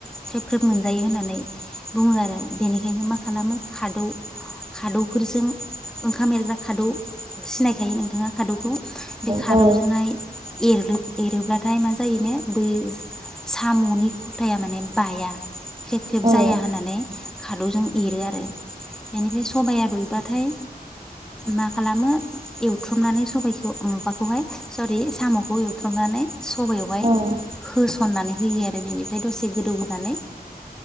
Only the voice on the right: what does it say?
औ
औ
औ